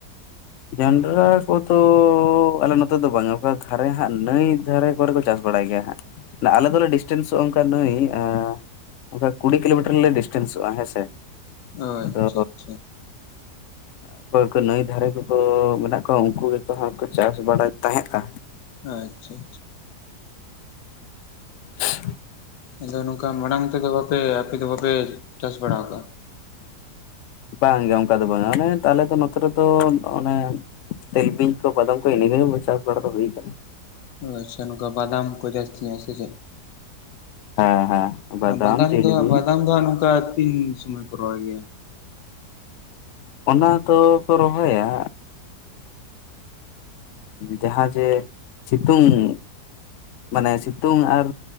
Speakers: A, on the left (about 65°); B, on the left (about 85°).
A: ᱡᱚᱱᱰᱨᱟ ᱠᱚᱫᱚᱼᱼ ᱟᱞᱮ ᱱᱚᱛᱮ ᱫᱚ ᱵᱟᱝᱟ ᱚᱠᱟ ᱫᱷᱟᱨᱮ ᱦᱟᱸᱜ ᱱᱟᱹᱭ ᱫᱷᱟᱨᱮ ᱠᱚᱨᱮ ᱠᱚ ᱪᱟᱥ ᱵᱟᱲᱟᱭ ᱜᱮᱭᱟ ᱦᱟᱸᱜ᱾ ᱟᱞᱮ ᱫᱚᱞᱮ ᱰᱤᱥᱴᱮᱱᱥᱚᱜᱼᱟ ᱚᱱᱠᱟ ᱱᱟᱹᱭ ᱟᱸᱻ ᱚᱱᱠᱟ ᱠᱩᱲᱤ ᱠᱤᱞᱳᱢᱤᱴᱟᱨ ᱞᱮ ᱰᱤᱥᱴᱮᱱᱥᱚᱜᱼᱟ ᱦᱮᱸ ᱥᱮ
B: ᱚ
A: ᱟᱫᱚ
B: ᱟᱪᱪᱷᱟ ᱟᱪᱪᱷᱟ
A: ᱚᱠᱚᱭ ᱠᱚ ᱱᱟᱹᱭ ᱫᱷᱟᱨᱮ ᱼᱼ ᱠᱚ ᱢᱮᱱᱟᱜ ᱠᱚᱣᱟ ᱩᱱᱠᱩ ᱜᱮᱛᱚ ᱦᱟᱸᱜ ᱠᱚ ᱪᱟᱥ ᱵᱟᱲᱟᱭ ᱛᱟᱦᱮᱸᱫᱼᱟ᱾
B: ᱟᱪᱪᱷᱟ, ᱟᱪᱪᱷᱟ
A: <inaudible>
B: ᱟᱫᱚ ᱱᱚᱝᱠᱟ ᱢᱟᱲᱟᱝ ᱛᱮᱫᱚ ᱵᱟᱯᱮ ᱟᱯᱮ ᱫᱚ ᱵᱟᱯᱮ ᱪᱟᱥ ᱵᱟᱲᱟ ᱟᱠᱟᱫᱼᱟ?
A: ᱵᱟᱝ ᱜᱮ ᱚᱱᱠᱟ ᱫᱚ ᱵᱟᱝᱟ ᱚᱱᱮ ᱛᱟᱦᱞᱮ ᱫᱚ ᱱᱚᱛᱮ ᱨᱮᱫᱚ ᱚᱱᱮᱼᱼ ᱛᱮᱞ ᱵᱤᱧ ᱠᱚ ᱵᱟᱫᱟᱢ ᱠᱚ ᱮᱱᱟ ᱪᱟᱥ ᱵᱟᱲᱟ ᱫᱚ ᱦᱩᱭ ᱠᱟᱱᱟ᱾
B: ᱟᱪᱪᱷᱟ ᱱᱚᱝᱠᱟ ᱵᱟᱫᱟᱢ ᱠᱚ ᱡᱟᱹᱥᱛᱤ ᱥᱮ ᱪᱮ
A: ᱦᱮᱸ ᱦᱮᱸ ᱵᱟᱫᱟᱢ
B: ᱵᱟᱫᱟᱱ
A: ᱛᱤᱞᱢᱤᱧ
B: ᱫᱚ ᱵᱟᱫᱟᱱ ᱫᱚ ᱦᱟᱸᱜ ᱱᱚᱝᱠᱟ ᱛᱤᱱ ᱥᱚᱢᱚᱭ ᱠᱚ ᱨᱚᱦᱚᱭ ᱜᱮᱭᱟ᱾
A: ᱚᱱᱟ ᱫᱚᱠᱚ ᱨᱚᱦᱚᱭᱟᱼᱼ ᱡᱟᱦᱟᱸ ᱡᱮ ᱥᱤᱛᱩᱝ ᱢᱟᱱᱮ ᱥᱤᱛᱩᱝ ᱟᱨ